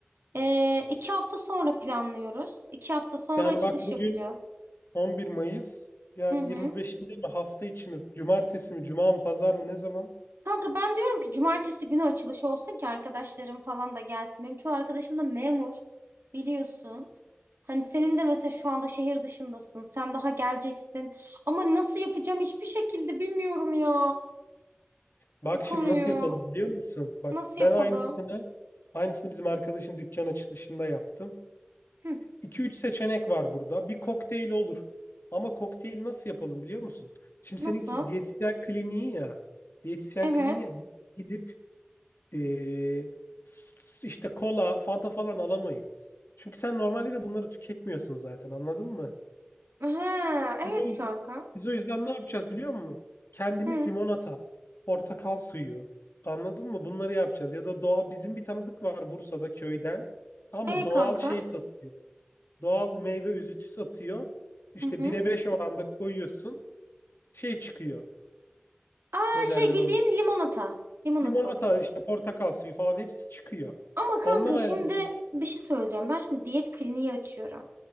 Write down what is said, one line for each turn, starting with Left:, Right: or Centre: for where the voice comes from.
Right: e, iki hafta sonra planlıyoruz. İki hafta sonra
Left: Yani
Right: açılış
Left: bak bugün
Right: yapacağız.
Left: 11 Mayıs. Yani
Right: Hı hı.
Left: 25'inde mi hafta içi mi? Cumartesi mi? Cuma mı? Pazar mı? Ne zaman?
Right: Kanka ben diyorum ki cumartesi günü açılış olsun ki arkadaşlarım falan da gelsin. Benim çoğu arkadaşım da memur biliyorsun. Hani senin de mesela şu anda şehir dışındasın. Sen daha geleceksin. Ama nasıl yapacağım hiçbir şekilde bilmiyorum ya.
Left: Bak
Right: O konuyu
Left: şimdi nasıl yapalım biliyor musun? Bak
Right: nasıl
Left: ben
Right: yapalım?
Left: aynısını aynısını bizim arkadaşın dükkan açılışında yaptım.
Right: Hı,
Left: 2 üç seçenek var burada. Bir kokteyl olur. Ama kokteyli nasıl yapalım biliyor musun? Şimdi
Right: nasıl?
Left: seninki diyetisyen kliniği ya. Diyetisyen
Right: Evet.
Left: kliniği ya. Gidip Ee, s- işte kola, Fanta falan alamayız. Çünkü sen normalde de bunları tüketmiyorsun zaten anladın mı?
Right: Ha, evet
Left: Biz o,
Right: kanka.
Left: biz o yüzden ne yapacağız biliyor musun? Kendimiz
Right: Hı.
Left: limonata, portakal suyu anladın mı? Bunları yapacağız. Ya da doğal bizim bir tanıdık var Bursa'da köyden. Tamam mı?
Right: E
Left: Doğal
Right: kanka.
Left: şey satıyor. Doğal meyve özütü satıyor. İşte
Right: Hı hı.
Left: 1'e 5 oranda koyuyorsun. Şey çıkıyor.
Right: Aa
Left: Ne
Right: şey
Left: derler
Right: bildiğin
Left: onun?
Right: limonata. Limonata
Left: Limonata
Right: oluyor.
Left: işte portakal suyu falan hepsi çıkıyor.
Right: Ama kanka
Left: Ondan ayarlıyoruz.
Right: şimdi bir şey söyleyeceğim. Ben şimdi diyet kliniği açıyorum.